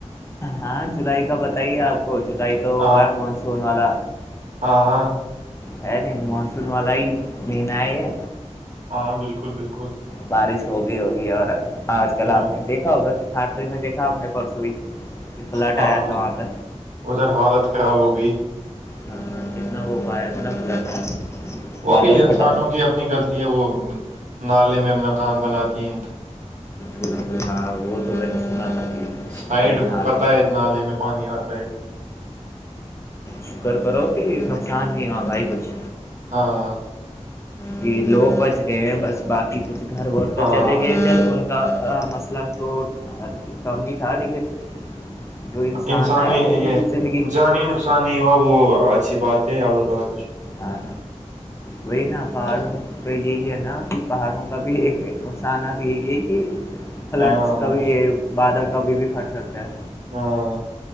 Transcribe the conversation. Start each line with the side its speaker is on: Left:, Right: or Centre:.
Left: ہاں جولائی کا بتائیے آپ کو جولائی تو
Right: ہاں
Left: ہوا ہے مانسون والا
Right: ہاں ہاں
Left: ہے نہیں مانسون والا
Right: ہاں
Left: ہی مہین ہے یہ
Right: ہاں بالکل بالکل
Left: بارش ہوگئی ہوگی اور آج کل
Right: ہاں
Left: آپ نے دیکھا ہوگا تھٹری میں دیکھا اپنے پرسوںئی یہ فلٹ
Right: ہاں،
Left: آیا
Right: اد-
Left: تھا وہاں پہ
Right: ادھر حالت خراب ہوگئی
Left: ہاں ہاں کتنا ہووا ہے اتنا پھلا تھا
Right: وہ
Left: بادل
Right: بھی انسانوں
Left: پھٹا تھا
Right: کی اپنی غلطی ہے وہ نالے میں مکان بناتی ہیں
Left: بالکل ہاں وہ تو میں نے سنا تھا کہ
Right: سائڈ
Left: اللہ عالم
Right: پتا ہے نالے میں پانی آتا ہے
Left: شکر کرو کہ نقصان نہیں ہوا بھائی کچھ
Right: ہاں
Left: کہ لوگ بچ گئے ہیں بس باقی کچھ گھر وور تو
Right: ہاں
Left: چلے گئے چل ان مسئلہ تو کم ہی تھا لیکن جو انسان
Right: انسانی
Left: ہے ان
Right: یہ
Left: کی زندگی
Right: جانی نقصان نہیں ہوا وہ اچھی بات ہے اللہ تعال
Left: ہاں وہئی نا پہڑوں
Right: اللہ
Left: تو یہی ہے نا کہ پہاڑوں کا بھی ایک نقصان تو یہی ہے کہ فلڈس
Right: ہاں
Left: کبھی یہ بادل کبھی بھی پھٹ سکتے ہیں
Right: ہاں